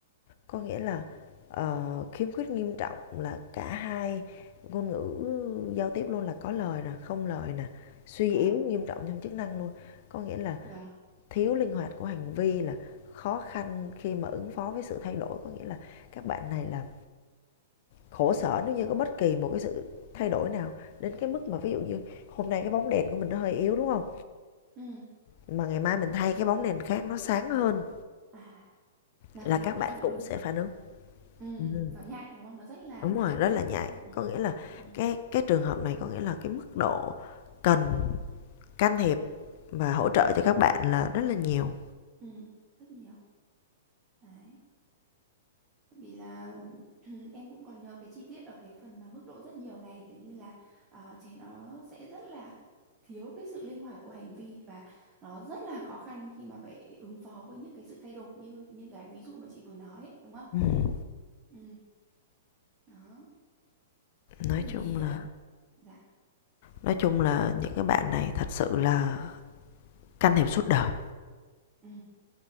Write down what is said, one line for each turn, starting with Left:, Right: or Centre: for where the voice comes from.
Left: có nghĩa là, ờ, khiếm khuyết nghiêm trọng là cả hai ngôn ngữ giao tiếp luôn, là có lời nè, không lời nè, suy
Right: vâng
Left: yếu nghiêm trọng trong chức năng luôn. Có nghĩa là
Right: vâng
Left: thiếu linh hoạt của hành vi là khó khăn khi mà ứng phó với sự thay đổi, có nghĩa là các bạn này là khổ sở nếu như có bất kỳ một cái sự thay đổi nào đến cái mức mà ví dụ như hôm nay cái bóng đèn của mình nó hơi yếu, đúng không
Right: ừ
Left: Mà ngày mai mình thay cái bóng đèn khác nó sáng hơn
Right: À, là
Left: là
Right: nó cũng
Left: các
Right: có
Left: bạn
Right: phản
Left: cũng
Right: ứng.
Left: sẽ phản ứng.
Right: Ừ,
Left: Ừm,
Right: nó nhạy đúng không? Nó rất là
Left: đúng
Right: nặng
Left: rồi,
Right: đấy.
Left: rất là
Right: Nó
Left: nhạy.
Right: Rất là ừ,
Left: Có nghĩa là
Right: ừ,
Left: cái cái trường hợp này có nghĩa là cái mức độ cần can thiệp và hỗ trợ cho các bạn là rất là nhiều.
Right: ừ, rất nhiều. Đấy. Tại Vì là <clears throat> em cũng còn nhớ cái chi tiết ở cái phần mà mức độ rất nhiều này kiểu như là ờ, trẻ nó sẽ rất là thiếu cái sự linh hoạt của hành vi và nó rất là khó khăn khi mà phải ứng phó với những cái sự thay đổi như như cái ví dụ mà chị vừa nói ấy, đúng không?
Left: Ừm,
Right: Ừ, đó. Thế
Left: nói
Right: thì
Left: chung
Right: là
Left: là
Right: dạ.
Left: nói chung là những cái bạn này thật sự là can thiệp suốt đời.
Right: Ừ.